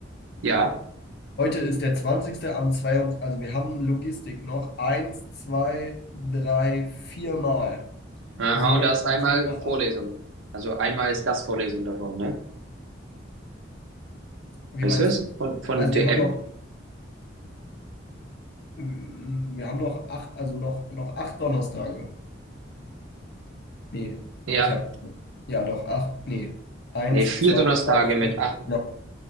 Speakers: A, on the right (about 85°); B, on the left (about 60°).
A: ja.
B: Heute ist der zwanzigste am 22. Also wir haben Logistik noch eins, zwei, drei, vier Mal.
A: Aha,
B: Wir sind
A: und
B: jetzt
A: da ist
B: bei
A: einmal
B: Thema
A: Vorlesung.
B: 8.
A: Also einmal ist Gastvorlesung davon, ne?
B: Wie
A: Weißt
B: meinst
A: du es?
B: du?
A: Von, von
B: Also
A: DM?
B: wir haben noch, mm, wir haben noch acht, also noch, noch acht Donnerstage. Nee,
A: Ja.
B: ich habe, ja doch, acht, nee. Eins,
A: Nee, vier
B: zwei,
A: Donnerstage
B: drei, vier.
A: mit acht.
B: Noch